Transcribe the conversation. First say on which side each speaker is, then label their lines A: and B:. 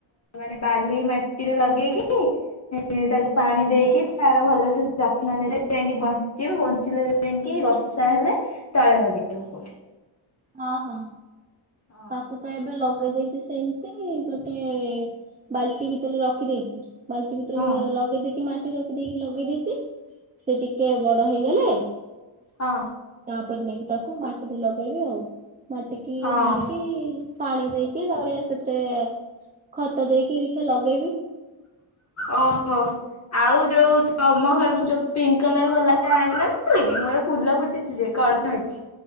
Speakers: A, on the left (about 30°); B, on the right (about 15°).
A: ମାନେ ବାଲି ମାଟିରେ ଲଗେଇକି ତାକୁ ପାଣି ଦେଇକି ତାର ଭଲସେ ଯତ୍ନ ନେଲେ ଯାଇକି ବଞ୍ଚିବି ବଞ୍ଚିଲେ ଯାଇଁକି ବର୍ଷା ହେଲେ ତଳେ ଲଗେଇବୁ କୋଉଠି।
B: ହଁ ହଁ।
A: ହଁ
B: ତାକୁ ତ ଏବେ ଲଗେଇ ଦେଇଛି ସେମିତି-ଇ-ଇ ଗୋଟେ-ଏ-ଏ ବାଲ୍ଟି ଭିତରେ ରଖିଦେଇଛି। ବାଲଟି ଭିତରେ-ଏ-ଏ
A: ହଁ
B: ଲଗେଇ ଦେଇକି ମା ସେଠି ରଖିଦେଇକି ଲଗେଇ ଦେଇକି ସେ ଟିକେ ବଡ ହେଇଗଲେ-ଏ
A: ହଁ।
B: ତାପରେ ନେଇକି ତାକୁ ମାଟିରେ ଲଗେଇବି ଆଉ। ମାଟିିକି
A: ହଁ
B: ହାଣି ଇ-ଇ ପାଣି ଦେଇକି ତାପରେ ସେତେ-ଏ ଖତ ଦେଇକି ଇଖି ଲଗେଇବି।
A: ଓହୋ। ଆଉ ଯୋଉ ତମ ଘର ମୁଁ ଯୋଉ ପିଙ୍କ୍ କଲର ବାଲା ଟା ଆଣିନଥିଲି କି ମୋର ଫୁଲ ଫୁଟିଛି କଢ ଯାଇଛି।